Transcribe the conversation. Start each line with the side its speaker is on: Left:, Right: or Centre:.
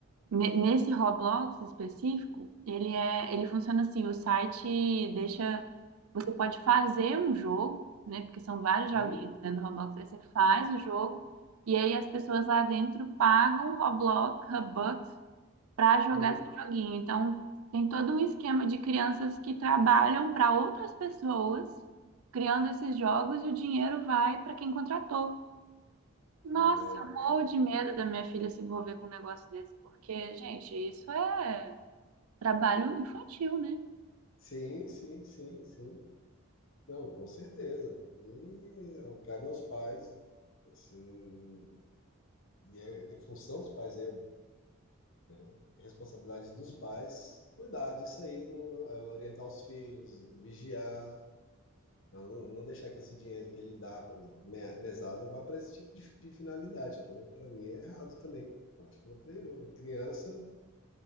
Right: Ne- Nesse Roblox específico, ele é, ele funciona assim, o site deixa, você pode fazer um jogo, né? Porque são vários
Left: uhum,
Right: joguinhos dentro do Roblox, aí você faz o jogo e aí as pessoas lá dentro pagam Roblox, Robux para jogar
Left: uhum.
Right: seu joguinho. Então, tem todo um esquema de crianças que trabalham para outras pessoas criando esses jogos e o dinheiro vai para quem contratou. Nossa,
Left: É,
Right: eu morro de medo da minha filha se envolver com um negócio desse, porque, gente, isso é trabalho infantil, né?
Left: sim, sim, sim, sim. Não, com certeza. E ó, cabe aos pais, assim, e é, é função dos pais, é né? Responsabilidade dos pais, cuidar disso aí, não- é, orientar os filhos, vigiar, não, não deixar que esse dinheiro que ele dá, por exemplo, me- mesada, vá para esse tipo de, de finalidade, que para mim é errado também. Eu acho que não é por aí, não. Criança,